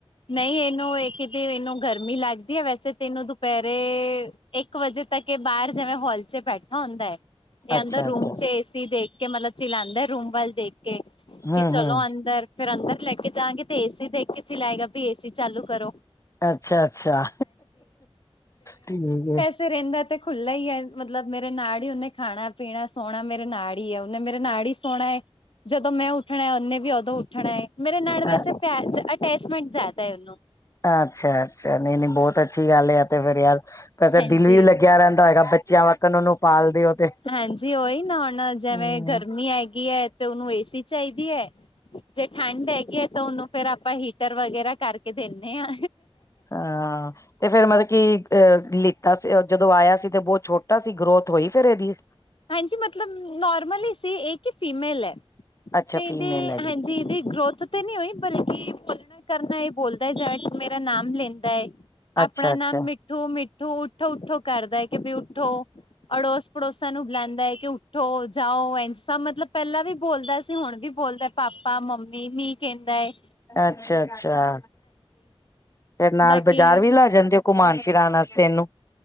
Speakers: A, on the left; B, on the left.
A: ਨਹੀਂ ਇਹਨੂੰ ਇਹ ਕਿਤੇ ਇਹਨੂੰ ਗਰਮੀ ਲੱਗਦੀ ਹੈ ਵੈਸੇ ਤੇ ਇਹਨੂੰ ਦੁਪਹਿਰੇ ਇੱਕ ਵਜੇ ਤੱਕ ਬਾਹਰ ਜਿਵੇਂ ਹਲ ਚ ਬੈਠਾ ਹੁੰਦਾ ਹੈ ਕੇਹਂਦਾ
B: ਅੱਛਾ
A: ਰੂਮ
B: ਅੱਛਾ
A: ਚ ਏਸੀ ਦੇਖ ਕੇ ਮਤਲਬ ਚਲਾਉਂਦਾ ਰੂਮ ਵੱਲ ਦੇਖ ਕੇ
B: ਹਮ
A: ਕਿ ਚਲੋ
B: ਹਮ
A: ਅੰਦਰ ਫਿਰ ਅੰਦਰ ਲੈ ਕੇ ਜਾਵਾਂਗੇ ਤੇ ਏਸੀ ਦੇਖ ਕੇ ਚ ਲਏਗਾ ਵੀ ਏਸੀ ਚਾਲੂ ਕਰੋ
B: ਅੱਛਾ ਅੱਛਾ ਠੀਕ ਏ
A: ਥ ਰਹਿੰਦਾ ਤੇ ਖੁੱਲ੍ਹਲਾ ਹੀ ਹੈ ਮਤਲਬ ਮੇਰੇ ਨਾੜ ਹੀ ਉਹਨੇ ਖਾਣਾ ਪੀਣਾ ਸੋਣਾ ਮੇਰੇ ਨਾੜ ਹੀ ਉਹਨੇ ਮੇਰੇ ਨਾੜ ਹੀ ਸੋਣਾ ਹੈ ਜਦੋਂ ਮੈਂ ਉੱਠਣਾ ਉਹਨੇ ਵੀ ਉਦੋਂ ਉੱਠਣਾ ਹੈ ਮੇਰੇ ਨਾੜ ਵੈਸੇ
B: ਹੈ
A: ਪੈਸ ਅਟੈਚਮੈਂਟ ਜ਼ਿਆਦਾ ਉਹਨੂੰ
B: ਅੱਛਾ ਅੱਛਾ ਨਹੀਂ ਨਹੀਂ ਬਹੁਤ ਅੱਛੀ ਗੱਲ ਆ ਤੇ ਫੇਿਰ ਯਾਰ। ਫ ਤਾਂ
A: ਹਾਂਜੀ
B: ਦਿਲ ਵੀ ਲੱਗਿਆ ਰਹਿੰਦਾ ਹੈਗਾ ਬੱਚਿਆਂ ਵੱਖਣ ਉਹਨੂੰ ਪਾਲ ਦਿਓ ਤੇ
A: ਹਾਂਜੀ ਉਹੀ ਨਾ ਹੁਣ ਜਿਵੇਂ
B: ਹਮ
A: ਗਰਮੀ ਹੈਗੀ ਹੈ ਤੇ ਉਹਨੂੰ ਏਸੀ ਚਾਹੀਦੀ ਹੈ। ਜੇ ਠੰਢ ਹੈਗੀ ਹੈ ਤਾਂ ਉਹਨੂੰ ਫੇਿਰ ਆਪਾਂ ਹੀਟਰ ਵਗੈਰਾ ਕਰਕੇ ਦੇਨੇ ਆ
B: ਹਾਂ। ਤੇ ਫੇਰ ਮਤਲਬ ਕਿ ਅਹ ਲਿੱਤਾ ਸੀ ਜਦੋਂ ਆਇਆ ਸੀ ਤੇ ਬਹੁਤ ਛੋਟਾ ਸੀ ਗਰੋਥ ਹੋਈ ਫਿਰ ਇਹਦੀ
A: ਹਾਂਜੀ ਮਤਲਬ ਨੋਰਮਲ ਹੀਸੀ ਏ ਕਿ ਫੀਮੇਲ ਹੈ।
B: ਅੱਛਾ
A: ਤੇ
B: ਫੀਮੇਲ
A: ਇਹਦੇ
B: ਹੈਗੀ
A: ਹਾਂਜੀ ਇਹਦੀ ਗਰੋਥ। ਤੇ ਨਹੀਂ ਹੋਈ ਬਲਕਿ ਬੋਲਣਾ ਕਰਨਾ ਇਹ ਬੋਲਦਾ ਜਾਵੇ ਮੇਰਾ ਨਾਮ ਲੈਂਦਾ ਹੈ।
B: ਅੱਛਾ-ਅੱਛਾ,
A: ਆਪਣਾ ਨਾਮ ਮਿੱਠੂ ਮਿੱਠੂ ਉੱਠੋ ਉੱਠੋ ਕਰਦਾ ਹੈ ਕਿ ਵੀ ਉੱਠੋ ਅੜੋਸ ਪੜੋਸ। ਸਾਨੂੰ ਬਲਾਦਾ ਐ ਕਿ ਉੱਠੋ, ਜਾਓ ਐਸਾ ਮਤਲਬ ਪਹਿਲਾਂ ਵੀ ਬੋਲਦਾ ਸੀ ਹੁਣ ਵੀ ਬੋਲਦਾ। ਪਾਪਾ ਮੰਮੀ ਵੀ ਕਹਿੰਦਾ ਏ।
B: ਅੱਛਾ ਅੱਛਾ, ਤੇ ਫਿਰ ਨਾਲ
A: ਬਾਕੀ
B: ਬਾਜ਼ਾਰ ਵੀ ਲੈ ਜਾਂਦੇ ਓ? ਘੁਮਾਣ ਫਿਰਾਣ ਵਾਸਤੇ ਇਹਨੂੰ?